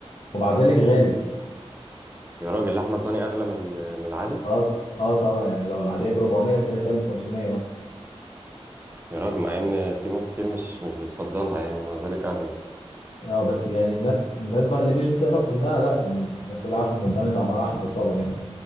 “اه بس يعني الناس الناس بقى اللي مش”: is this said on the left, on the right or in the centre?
Left